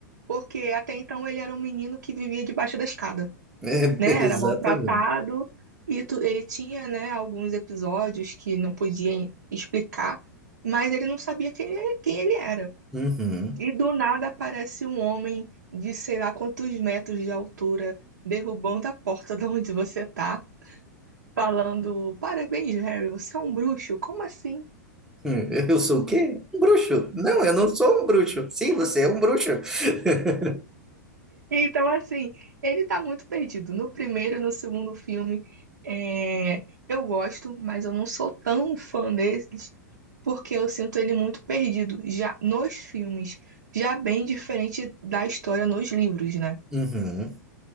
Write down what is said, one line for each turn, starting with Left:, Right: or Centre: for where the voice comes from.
Right: porque até então ele era um menino que vivia debaixo da escada.
Centre: É,
Right: né? Era
Centre: exatamente.
Right: maltratado e tu- ele tinha, né, alguns episódios que não podia explicar, mas ele não sabia quem ele, quem ele era.
Centre: Uhum.
Right: E do nada aparece um homem de sei lá quantos metros de altura derrubando a porta de onde você tá, falando: Parabéns, Harry, você é um bruxo, como assim?
Centre: Hum, Eu sou o quê? Um bruxo. Não, eu não sou um bruxo. Sim, você é um bruxo. <laughs>
Right: Então, assim, ele tá muito perdido. No primeiro e no segundo filme, é, eu gosto, mas eu não sou tão fã desses. porque eu sinto ele muito perdido, já nos filmes, já bem diferente da história nos livros, né?
Centre: Uhum.